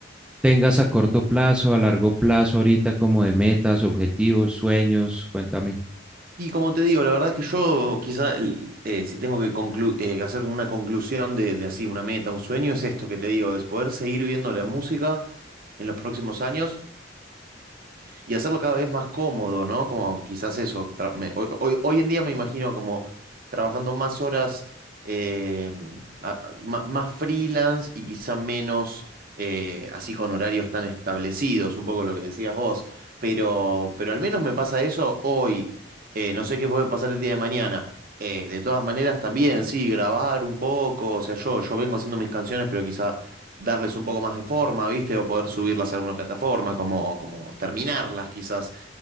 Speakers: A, in the centre; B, on the right (about 50°).
A: tengas a corto plazo, a largo plazo, ahorita como de metas, objetivos, sueños, cuéntame.
B: Y como te digo, la verdad es que yo quizá el- eh, si tengo que conclu- eh, que hacer como una conclusión de, de así, una meta, un sueño, es esto que te digo, es poder seguir viviendo la música en los próximos años y hacerlo cada vez más cómodo, ¿no? Como quizás eso, tra- me- hoy, hoy- hoy en día me imagino como trabajando más horas, eh, a- ma- más, freelance y quizá menos eh, así con horarios tan establecidos, un poco lo que decías vos, pero, pero al menos me pasa eso hoy, Eh, no sé qué puede pasar el día de mañana. Eh, de todas maneras, también, sí, grabar un poco, o sea, yo, yo vengo haciendo mis canciones, pero quizá darles un poco más de forma, ¿viste? O poder subirlas a alguna plataforma, como, como terminarlas quizás.